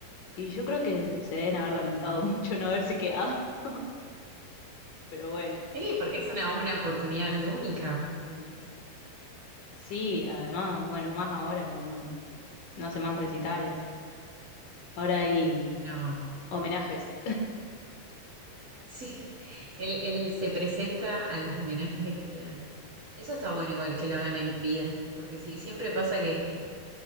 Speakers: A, on the left; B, on the right.
A: y yo creo que se deben haber lamentado <laughs> mucho no haberse quedado. <laughs> Pero bueno,
B: Sí, porque es una, una oportunidad única. Eh, no,
A: sí, además, bueno, más ahora que no, no hace más recitales. Ahora hay
B: no.
A: homenajes.
B: Sí, él, él se presenta a los homenajes que le dan. Eso está bueno igual que lo hagan en vida, porque sí, siempre pasa que